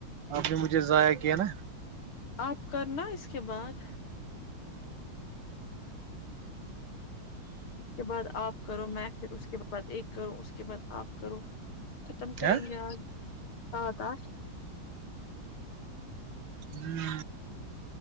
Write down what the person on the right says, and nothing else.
اپ نے مجھے ضائع کیا نا
نا
ہوں